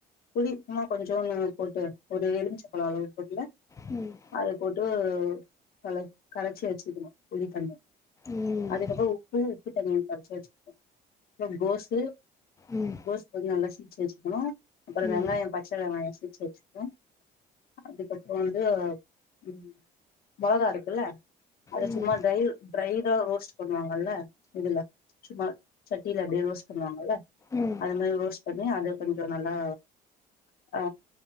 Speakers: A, on the left; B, on the left.
A: புளி சும்மா கொஞ்சோனு போட்டு ஒரு எலுமிச்ச பழோ அளவு போட்டுங்க
B: ம்
A: அத போட்டு நல்லா கரச்சி வச்சுகனு புளித்தண்ணிய
B: ம்
A: அதுக்கப்புறோ உப்பு உப்பு தண்ணிய கரச்சு வச்சுக்கனு அப்பறோ கோசு
B: ம் ம்
A: கோஸ் வந்து நல்லா சீச்சு வச்சுக்கனு அப்புறோ
B: ம்
A: வெங்காயோ பச்ச வெங்காயோ சீச்சு வச்சுக்கனு அதுக்கப்புற வந்து ம் மொளகா இருக்குல்ல அத
B: ம்
A: சும்மா ட்ரைல் ட்ரைடா ரோஸ்ட் பண்ணுவாங்கல்ல இதுல சும்மா சட்டில அப்டியே ரோஸ்ட் பண்ணுவாங்கல்ல
B: ம்
A: அது மாரி ரோஸ்ட் பண்ணி அத கொஞ்சோ நல்லா ஆ